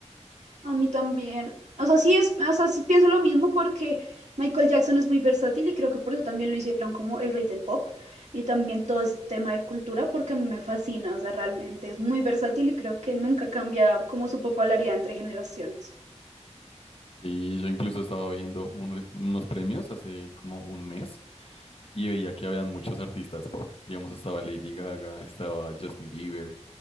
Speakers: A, on the right (about 75°); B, on the left (about 50°).
A: A mí también. O sea, sí es, o sea, sí pienso lo mismo porque Michael Jackson es muy versátil y creo que por eso también lo hicieron como el rey del pop y también todo ese tema de cultura porque a mí me fascina, o sea, realmente es muy versátil y creo que nunca cambia como su popularidad entre generaciones.
B: Sí, yo incluso estaba viendo un- unos premios hace como un mes y veía que había muchos artistas pop. Digamos, estaba Lady Gaga, estaba Justin Bieber,